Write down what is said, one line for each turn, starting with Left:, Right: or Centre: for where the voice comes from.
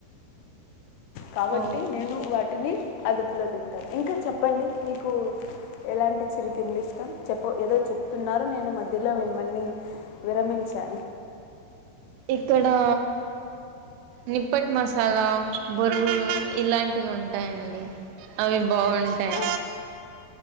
Left: కాబట్టి
Right: ఓ
Left: నేను వాటిని అదుప్పులో తింటారు, ఇంకా చెప్పండి నీకు ఎలాంటి చిరు తిండ్లు ఇష్టం చెప్ప, ఏదో చెప్ చెప్తున్నారు నేను మధ్యలో మిమ్మల్ని విరమించా
Right: ఇక్కడా నిప్పటి మసాలా బొరుగులు ఇలాంటివి ఉంటాయండి అవి బాగుంటాయి
Left: ఆ,